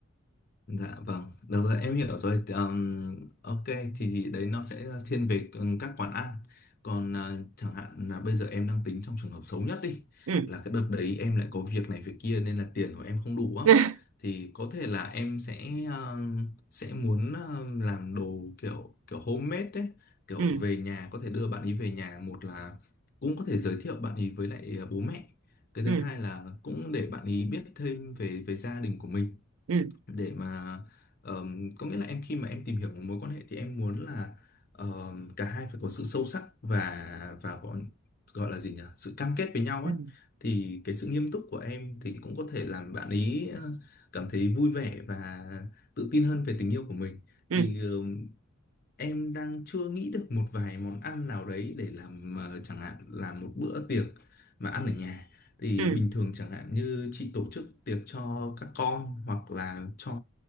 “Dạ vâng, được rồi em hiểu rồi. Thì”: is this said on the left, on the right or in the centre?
Left